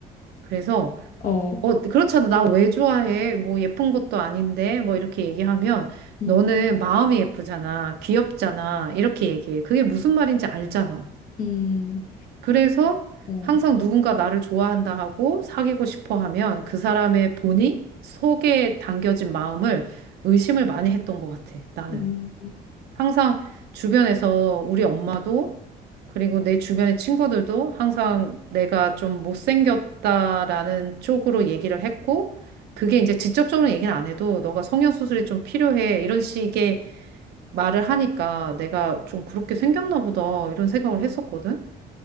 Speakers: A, on the right; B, on the left.
A: 그래서
B: 어.
A: 어, 그렇잖아. 나 왜 좋아해? 뭐 예쁜 것도 아닌데 뭐 이렇게 얘기하면
B: 음.
A: 너는 마음이 예쁘잖아. 귀엽잖아. 이렇게 얘기해. 그게 무슨 말인지 알잖아.
B: 음,
A: 그래서
B: 어,
A: 항상 누군가 나를 좋아한다 하고 사귀고 싶어 하면 그 사람의 본이 속에 담겨진 마음을 의심을 많이 했던 것 같아, 나는.
B: 음,
A: 항상 주변에서 우리 엄마도 그리고 내 주변의 친구들도 항상 내가 좀 못생겼다라는 쪽으로 얘기를 했고 그게 이제 직접적으로 얘기는 안 해도 너가 성형수술이 좀 필요해 이런 식의 말을 하니까 내가 좀 그렇게 생겼나 보다 이런 생각을
B: 맞
A: 했었거든.